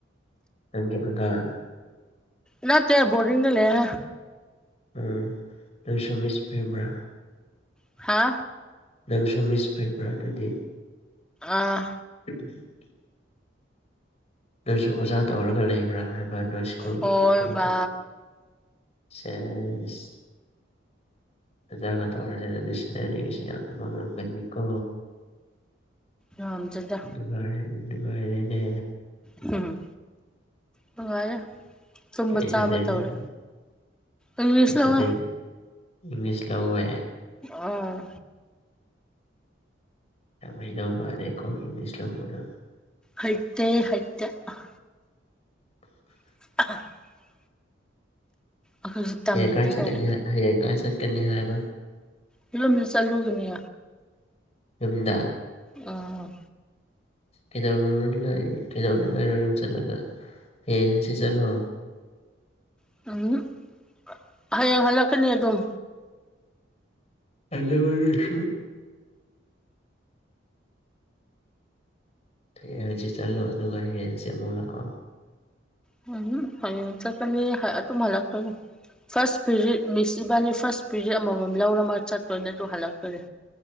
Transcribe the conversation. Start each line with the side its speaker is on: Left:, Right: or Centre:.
Left: ꯅꯪꯒꯤ ꯑꯉꯥꯡ
Centre: ꯅꯠꯇꯦ ꯕꯣꯔꯗꯤꯡꯅ ꯂꯩ ꯍꯦ
Left: ꯎꯝ ꯅꯪꯁꯨ ꯃꯤꯁ ꯐꯦꯝꯔꯥ
Centre: ꯍꯥ
Left: ꯅꯪꯁꯨ ꯃꯤꯁ ꯐꯦꯕ꯭ꯔꯥ ꯑꯗꯨꯗꯤ
Centre: ꯑꯥ
Left: <unintelligible> ꯅꯣꯏꯁꯨ ꯑꯣꯖꯥ ꯇꯧꯔꯒ ꯂꯩꯕ꯭ꯔꯥ ꯍꯥꯏꯕ ꯅꯣꯏ ꯁ꯭ꯀꯨꯜ
Centre: ꯍꯣꯏ
Left: ꯅꯪ ꯍꯧꯖꯤꯛ
Centre: ꯕꯥ
Left: ꯁꯦꯁ ꯑꯣꯖꯥ ꯉꯥꯇꯥ ꯑꯣꯏꯔꯥ ꯂꯩꯔꯝꯅꯤ <unintelligible> ꯌꯥꯝ ꯃꯥꯡꯉꯒꯅꯤꯀꯣ
Centre: ꯉꯝꯗꯦꯗ
Left: ꯅꯨꯡꯉꯥꯏꯔꯦ ꯅꯨꯡꯉꯥꯏꯔꯦꯅꯦ
Centre: ꯍꯨꯝ ꯍꯨꯝ ꯅꯨꯡꯉꯥꯏꯔꯦ ꯇꯨꯝꯕ
Left: ꯀꯩ
Centre: ꯆꯥꯕ
Left: ꯁꯕꯖꯦꯛ
Centre: ꯇꯧꯔꯦ
Left: ꯂꯧꯕ
Centre: ꯏꯪꯂꯤꯁ
Left: ꯀꯩ
Centre: ꯂꯧꯋꯦ
Left: ꯁꯕꯖꯦꯛ ꯏꯪꯂꯤꯁ ꯂꯧꯋꯦ
Centre: ꯑꯥꯎ
Left: ꯌꯥꯝ ꯍꯩꯗꯧ ꯃꯥꯜꯂꯦꯀꯣ ꯏꯪꯂꯤꯁ ꯂꯧꯕꯗꯣ
Centre: ꯍꯩꯇꯦ ꯍꯩꯇꯦ ꯑꯥ
Left: <inaudible>
Centre: <inaudible> ꯑꯩꯈꯣꯏꯁꯨ ꯇꯝꯃꯤꯅꯦ
Left: ꯍꯌꯦꯡ ꯀꯥꯏ ꯆꯠꯀꯅꯤ
Centre: ꯀꯩꯅꯣ
Left: ꯍꯥꯏ ꯍꯌꯦꯡ ꯀꯥꯏ ꯆꯠꯀꯅꯤ ꯍꯥꯏꯕ
Centre: ꯐꯤꯜꯂꯣꯝꯖꯨ ꯆꯠꯂꯨꯒꯅꯤ
Left: ꯌꯨꯝꯗ
Centre: ꯑꯥ ꯍꯣꯏ
Left: ꯀꯩꯗꯧꯔꯨꯔꯅꯤꯉꯥꯏ ꯀꯩꯗꯧꯅꯤꯡꯉꯥꯏꯔꯣ ꯌꯨꯝ ꯆꯠꯂꯒ ꯍꯌꯦꯡ ꯍꯥꯡꯆꯤꯠ ꯆꯠꯂꯣ
Centre: <unintelligible> ꯍꯌꯦꯡ ꯍꯜꯂꯛꯀꯅꯤ ꯑꯗꯨꯝ
Left: <unintelligible> ꯍꯌꯦꯡ ꯍꯥꯡꯆꯤꯠ ꯆꯠꯂꯣ ꯑꯗꯨꯒ ꯍꯌꯦꯡ ꯍꯥꯡꯆꯤꯠ ꯑꯃꯨꯛ ꯂꯥꯛꯑꯣ
Centre: ꯍꯨꯝ ꯍꯨꯝ ꯍꯌꯦꯡ ꯆꯠꯀꯅꯤ ꯍꯥꯏ ꯑꯗꯨꯝ ꯍꯜꯂꯛꯇꯣꯏꯅꯤ ꯐꯥꯔꯁ ꯄꯦꯔꯤꯠ ꯃꯤꯁ ꯏꯕꯥꯅꯤ ꯐꯥꯔꯁ ꯄꯦꯔꯤꯠ ꯑꯃꯃꯝ ꯂꯧꯔꯃ ꯆꯠꯇꯣꯏꯅꯦ ꯑꯗꯨ ꯍꯜꯂꯛꯇꯣꯏꯅꯤ